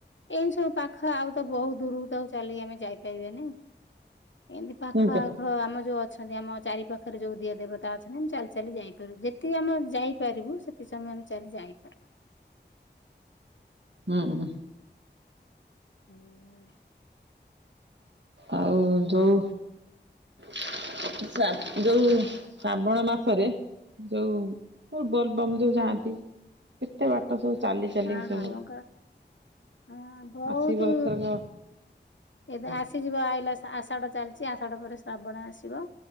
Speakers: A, on the left (about 90°); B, on the right (about 75°).
A: ଏଇ ସବୁ ପାଖ ଆଉ ତ ବହୁତ ଦୂରକୁ ତ ଆଉ ଚାଲିକି ଆମେ ଯାଇପାରିବା ନାଇଁ ଏମିତି ପାଖ
B: ହୁଁ
A: ଆଖ ହଁ ଆମ ଯୋଉ ଅଛନ୍ତି ଆମ ଚାରି ପାଖରେ ଯୋଉ ଦିଅ ଦେବ ତା ଅଛନ୍ତି ଆମେ ଚାଲି ଚାଲି ଯାଇପାରିବୁ ଯେତିକି ଆମେ ଯାଇପାରିବୁ ସେତିକି ସମୟ ଆମେ ଚାଲି ଯାଇପାରୁ।
B: ହୁଁ।
A: ହୁଁ।
B: ଆଉ ଯୋଉ ଶ୍ରା ଯୋଉ ଶ୍ରାବଣ ମାସରେ ଯୋଉ ବୋଲ ବମ୍ ଯୋଉ ଯାଆନ୍ତି କେତେ ବାଟ ସବୁ ଚାଲି ଚାଲିକି
A: ହଁ
B: ସବୁ
A: ହଁ ହଁ ବହୁତୁ
B: ଆସିବ ଏଥରକ
A: ଏବେ
B: ହଁ
A: ଆସିଯିବ ଆଇଲା ଶା ଆଷାଢା ଚାଲିଚି ଆଷାଢ ପରେ ଶ୍ରାବଣ ଆସିବ।